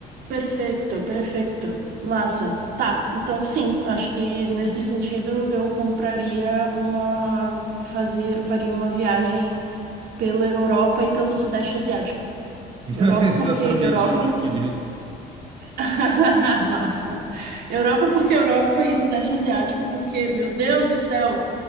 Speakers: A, on the right; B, on the right.
A: Perfeito, perfeito. Massa. Tá, então sim, acho que nesse sentido eu compraria uma, fazia, faria uma viagem pela Europa e pelo Sudeste Asiático.
B: <laughs>
A: Europa,
B: Exatamente
A: porque Europa,
B: onde eu queria.
A: <laughs> Massa. Europa porque Europa e Sudeste Asiático porque, meu Deus do céu,